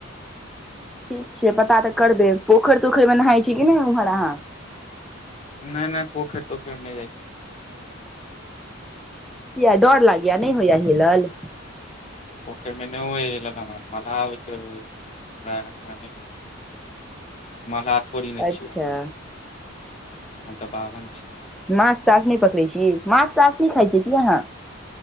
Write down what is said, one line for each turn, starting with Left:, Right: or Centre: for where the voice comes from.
Centre: ठीक छै पता तऽ करबै पोखरि तोखरि मे नहााय छी कि नहि उम्हर अहाँ
Left: नहि नहि पोखेर तोखेर नहि जाइ छै
Centre: किया डर लागैया नहि होइया हेलल
Left: पोखरिमे नहि होइय हमरा मल्लाह और के होइ हे मल्लाह थोड़ी ने
Centre: अच्छा
Left: छियै हम हम तऽ बाभन छी
Centre: माछ ताास नहि पकड़े छी माछ ताास न नहि खायइ छी की यहाँ